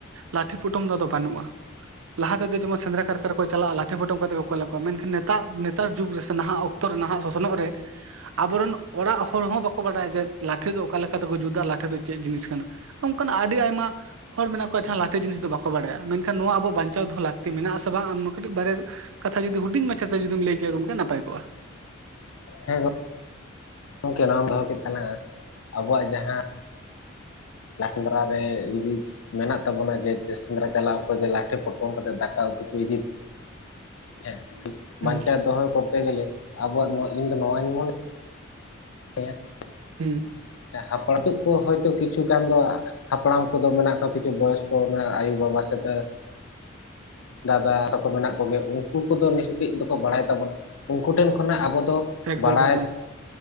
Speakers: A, on the right (about 80°); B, on the left (about 80°).
A: ᱞᱟᱴᱷᱮ ᱯᱚᱴᱚᱢ ᱫᱚ ᱟᱫᱚ ᱵᱟᱹᱱᱩᱜᱼᱟ ᱾ ᱞᱟᱦᱟ ᱛᱮᱫᱚ ᱡᱮᱢᱚᱱ ᱥᱮᱫᱽᱨᱟ ᱠᱟᱨᱠᱟ ᱨᱮ ᱪᱟᱞᱟᱜᱼᱟ ᱯᱩᱴᱷᱮ ᱯᱚᱴᱚᱢ ᱠᱟᱛᱮ ᱠᱚ ᱠᱩᱞ ᱟᱠᱚᱣᱟᱜ ᱾ ᱢᱮᱱᱠᱷᱟᱱ ᱱᱮᱛᱟᱨ ᱱᱮᱛᱟᱨ ᱡᱩᱜᱽ ᱨᱮ ᱥᱮ ᱱᱟᱦᱟᱜ ᱚᱠᱛᱚ ᱨᱮ ᱱᱟᱦᱟᱜ ᱥᱚᱥᱚᱱᱚᱜ ᱨᱮ ᱟᱵᱚᱨᱮᱱ ᱚᱲᱟᱜ ᱦᱚᱲ ᱦᱚᱸ ᱵᱟᱠᱚ ᱵᱟᱰᱟᱭᱟ ᱡᱮ, ᱞᱟᱴᱷᱮ ᱫᱚ ᱚᱠᱟ ᱞᱮᱠᱟ ᱛᱮᱠᱚ ᱡᱩᱛᱟᱹ? ᱞᱟᱴᱷᱮ ᱫᱚ ᱪᱮᱫ ᱡᱤᱱᱤᱥ ᱠᱟᱱᱟ? ᱚᱱᱠᱟᱱ ᱟᱹᱰᱤ ᱟᱭᱢᱟ ᱦᱚᱲ ᱢᱮᱱᱟᱜ ᱠᱚᱣᱟ ᱡᱟᱦᱟᱸ ᱞᱟᱹᱴᱷᱮ ᱡᱤᱱᱤᱥ ᱫᱚ ᱵᱟᱠᱚ ᱵᱟᱲᱟᱭᱟ ᱾ ᱢᱮᱱᱠᱷᱟᱱ ᱱᱚᱣᱟ ᱟᱵᱚ ᱵᱟᱧᱪᱟᱣ ᱫᱚ ᱞᱟᱹᱠᱛᱤ ᱢᱮᱱᱟᱜᱼᱟ ᱟᱥᱮ ᱵᱟᱝ? ᱟᱢ ᱠᱟᱹᱴᱤᱡ ᱵᱟᱨᱮ ᱠᱟᱛᱷᱟ ᱡᱩᱫᱤ ᱦᱩᱰᱤᱧ ᱢᱟᱪᱷᱟ ᱛᱮ ᱡᱩᱫᱤᱢ ᱞᱟᱹᱭ ᱠᱮᱭᱟ ᱜᱚᱝᱠᱮ ᱱᱟᱯᱟᱭ ᱠᱚᱜᱼᱟ ᱾
B: ᱦᱮᱸ ᱜᱚᱢᱠᱮ ᱱᱚᱣᱟᱢ ᱫᱚᱦᱚ ᱠᱮᱫ ᱛᱟᱞᱟᱝᱟ ᱟᱵᱚᱣᱟᱜ ᱡᱟᱦᱟᱸ ᱞᱴᱰᱨ ᱨᱮ ᱤ <unintelligible> ᱢᱮᱱᱟᱜ ᱛᱟᱵᱚᱱᱟ ᱡᱮ ᱥᱮᱫᱽᱨᱟ ᱪᱟᱞᱟᱜ ᱚᱠᱛᱚ ᱡᱮ ᱞᱟᱴᱷᱮ ᱯᱚᱴᱚᱢ ᱠᱟᱛᱮ ᱫᱟᱠᱟ ᱩᱛᱩ ᱠᱚ ᱤᱫᱤ ᱾ ᱦᱮᱸ, ᱵᱟᱧᱪᱟᱣ
A: ᱦᱩᱸ
B: ᱫᱚᱦᱚᱭ ᱠᱚᱨᱛᱮ ᱜᱮᱞᱮ ᱟᱵᱚᱣᱟᱜ ᱱᱚᱣᱟ ᱤᱧ ᱫᱚ ᱱᱚᱣᱟᱧ ᱢᱚᱱᱮ ᱦᱮᱸ ᱾
A: ᱦᱩᱸ ᱾
B: ᱦᱟᱯᱲᱟᱢ ᱛᱚ ᱠᱚ ᱦᱚᱭᱛᱳ ᱠᱤᱪᱷᱩ ᱜᱟᱱ ᱫᱚ ᱦᱟᱯᱲᱟᱢ ᱠᱚᱫᱚ ᱢᱮᱱᱟᱜ ᱠᱚᱣᱟ, ᱠᱤᱪᱷᱩ ᱵᱚᱭᱚᱥ ᱠᱚ ᱢᱮᱱᱟᱜ ᱟᱭᱩᱼᱵᱟᱵᱟ ᱥᱮᱫ ᱫᱟᱫᱟ ᱛᱟᱠᱚ ᱢᱮᱱᱟᱜ ᱠᱚᱜᱮ, ᱩᱱᱠᱩ ᱠᱚᱫᱚ ᱱᱤᱭᱟᱹ ᱠᱟᱹᱡ ᱫᱚᱠᱚ ᱵᱟᱲᱟᱭ ᱛᱟᱵᱚᱱᱟ ᱾ ᱩᱱᱠᱩ ᱴᱷᱮᱱ ᱠᱷᱚᱱᱟᱜ ᱟᱵᱚ ᱫᱚ
A: ᱮᱠᱫᱚᱢ
B: ᱵᱟᱲᱟᱭ
A: ᱮᱠᱫᱚᱢ ᱾